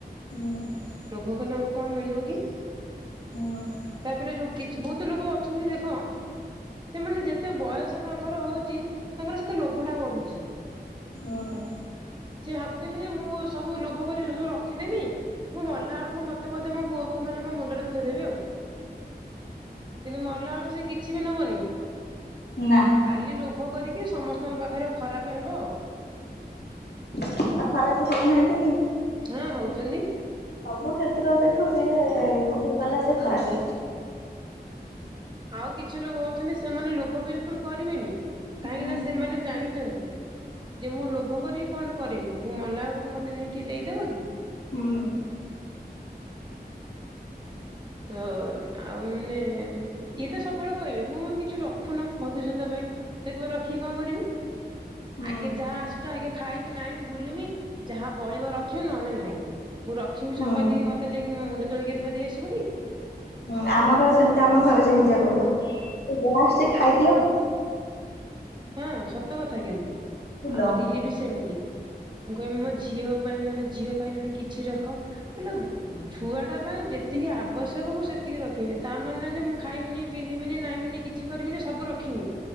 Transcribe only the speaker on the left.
ହୁଁ।
<unintelligible>
ହଁ।
ନା।
ଆଉ ଖରାପ ହଉନାହାନ୍ତି କି?
ସବୁ କ୍ଷେତ୍ର ଦେଖ ଯିଏ ଲୋଭ କଲା ସେ ଖରାପେ।
ହୁଁ
ହୁଁ।
ହୁଁ।
ହୁଁ
ହୁଁ ଆମର ସେମିତି ଆମ ଘରେ ସେମିତିଆ କହିବେ, ଜାହା ଆସିଛି ଖାଇଦିଅ।
ବୁଲ